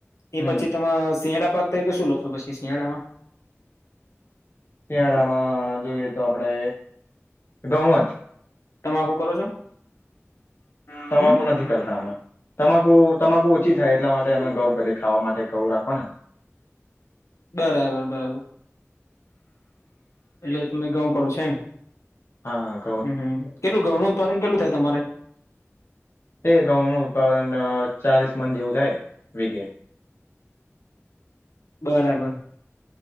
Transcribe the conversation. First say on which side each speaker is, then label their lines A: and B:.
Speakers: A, on the left; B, on the left.
A: એ
B: હમ
A: પછી તમે શિયાળા પાક તરીકે શું લો છો પછી શિયાળામાં
B: શિયાળામાં જોઈએ તો આપડે ઘઉં જ
A: તમે આખું કરો છો
B: તમાકુ
A: હમ
B: નથી કરતા અમે તમાકુ તમાકુ ઓછી થાય એટલા માટે અમે ઘઉં કરી ખાવા માટે ઘઉ રાખવા ને
A: બરાબર બરાબર એટલે તમે ઘઉ કરો છોએમ
B: હા હા
A: હમમ કેટલું ઘઉનું ઉત્પાદન કેટલું થાય તમારે
B: એ ઘઉં નું ઉત્પાદન ચાલીસ મન જેવું થાય વીગે
A: બરાબર